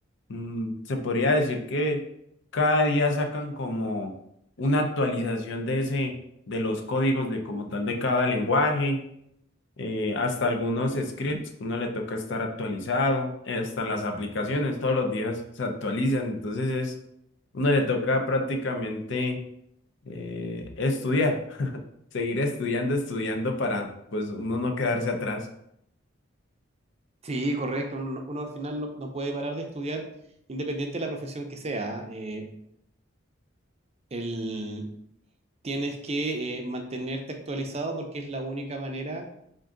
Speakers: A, on the left; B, on the right.
A: mm, se podría decir que cada día sacan como una actualización de ese, de los códigos de como tal de cada lenguaje eh, hasta algunos scripts, uno le toca estar actualizado, eh, hasta las aplicaciones todos los días se actualizan, entonces es, uno le toca prácticamente eh, estudiar, <laughs> seguir estudiando, estudiando para pues uno no quedarse atrás.
B: Sí, correcto. Uno, uno al final no, no puede parar de estudiar, independiente de la profesión que sea. ¿ah? eh, el, tienes que eh, mantenerte actualizado porque es la única manera